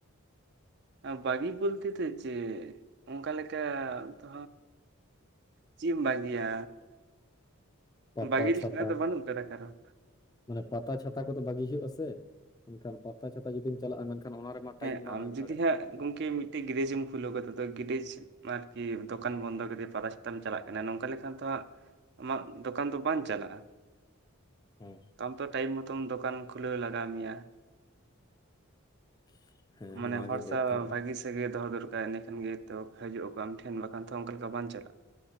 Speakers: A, on the right; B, on the left.
A: ᱵᱟᱹᱜᱤ ᱵᱚᱞᱛᱮ ᱫᱚ ᱪᱮᱫ ᱚᱱᱠᱟ ᱞᱮᱠᱟ ᱫᱚ ᱪᱮᱫ ᱮᱢ ᱵᱟᱹᱜᱤᱭᱟ,
B: ᱯᱟᱛᱟ
A: ᱵᱟᱹᱜᱤ ᱞᱮᱠᱟᱱᱟᱜ
B: ᱪᱷᱟᱛᱟ
A: ᱫᱚ ᱵᱟᱹᱱᱩᱜ ᱟᱠᱟᱫᱟ ᱠᱟᱨᱚᱱ᱾
B: ᱢᱟᱱᱮ ᱯᱟᱛᱟ ᱪᱷᱟᱛᱟ ᱠᱚᱫᱚ ᱵᱟᱹᱜᱤ ᱦᱩᱭᱩᱜᱼᱟ ᱥᱮ ᱢᱮᱱᱠᱷᱟᱱ ᱯᱟᱛᱟ ᱪᱷᱟᱛᱟ ᱡᱩᱫᱤᱢ ᱪᱟᱞᱟᱜᱼᱟ ᱢᱮᱱᱠᱷᱟᱱ ᱚᱱᱟ ᱨᱮᱢᱟ ᱴᱟᱭᱤᱢ
A: ᱦᱮᱸ
B: ᱵᱟᱢ
A: ᱟᱢ
B: ᱮᱢ
A: ᱡᱩᱫᱤ
B: ᱫᱟᱲᱮᱭᱟᱜᱼᱟ
A: ᱦᱟᱸᱜ ᱜᱚᱢᱠᱮ ᱢᱤᱫᱴᱮᱡ ᱜᱮᱨᱮᱡ ᱮᱢ ᱠᱷᱩᱞᱟᱹᱣ ᱠᱟᱫᱟ ᱛᱚ ᱜᱮᱨᱮᱡ ᱟᱨᱠᱤ ᱫᱚᱠᱟᱱ ᱵᱚᱱᱫᱚ ᱠᱟᱛᱮ ᱯᱟᱛᱟ ᱪᱷᱟᱛᱟᱢ ᱪᱟᱞᱟᱜ ᱠᱟᱱᱟ ᱱᱚᱝᱠᱟ ᱞᱮᱠᱷᱟᱱ ᱫᱚ ᱦᱟᱸᱜ ᱟᱢᱟᱜ ᱫᱚᱠᱟᱱ ᱫᱚ ᱵᱟᱝ ᱪᱟᱞᱟᱜ-ᱟ᱾
B: ᱦᱩᱸ
A: ᱟᱢ ᱛᱚ ᱴᱟᱭᱤᱢ ᱢᱚᱛᱚᱢ ᱫᱚᱠᱟᱱ ᱠᱷᱩᱞᱟᱹᱣ ᱞᱟᱜᱟᱣ ᱢᱮᱭᱟ᱾
B: <unintelligible>
A: ᱢᱟᱱᱮ ᱦᱚᱲ
B: ᱜᱤᱧ ᱞᱟᱹᱭᱮᱫ
A: ᱥᱟᱶ
B: ᱛᱟᱦᱮᱸᱜᱼᱟ
A: ᱵᱷᱟᱜᱤ ᱥᱟᱹᱜᱟᱹᱭ ᱫᱚᱦᱚ ᱫᱚᱨᱠᱟᱨ, ᱤᱱᱟᱹ ᱠᱷᱟᱱ ᱜᱮ ᱛᱚ ᱦᱟᱡᱩᱜ ᱟᱠᱚ ᱟᱢ ᱴᱷᱮᱱ, ᱵᱟᱠᱷᱟᱱ ᱛᱚ ᱚᱱᱠᱟ ᱞᱮᱠᱟ ᱵᱟᱝ ᱪᱟᱞᱟᱜ-ᱟ᱾